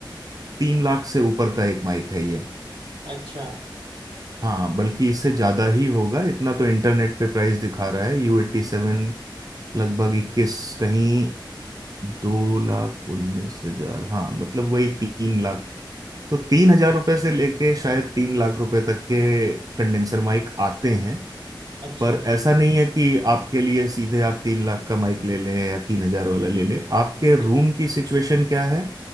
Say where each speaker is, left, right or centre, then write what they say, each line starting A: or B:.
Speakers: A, on the right; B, on the right.
A: तीन लाख से ऊपर का एक माइक है ये
B: अच्छा
A: हाँ बल्कि इससे ज्यादा ही होगा इतना तो इंटरनेट पे प्राइस दिखा रहा है यू एट्टी सेवन लगभग इक्कीस कहीं दो लाख उन्नीस हजार हाँ मतलब वही तीन लाख तो तीन हजार रुपए से लेके शायद तीन लाख रुपए तक के कंडेंसर माइक आते हैं
B: अच्छा
A: पर ऐसा नहीं है कि आपके लिए सीधे आप तीन लाख का माइक ले लें या तीन हजार वाला ले लें आपके
B: बे-
A: रूम की सिचुएशन क्या है